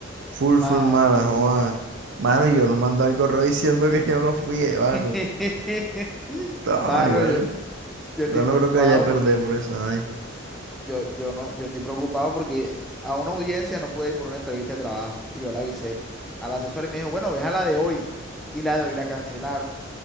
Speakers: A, on the right; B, in the centre.
A: Full,
B: Mano,
A: full mala,
B: sí.
A: joa. Mano, y yo no mandé el correo <laughs> diciendo que yo no fui, eh,
B: <laughs>
A: mano. Ah,
B: Mano,
A: mano, igual.
B: yo, yo estoy
A: Igual
B: preocupado
A: no creo que haya perder
B: porque
A: por esa vaina.
B: yo, yo no, yo estoy preocupado porque a una audiencia no pude ir por una entrevista de trabajo y yo la avisé al asesor y me dijo, bueno, ve a la de hoy y la de hoy la cancelaron.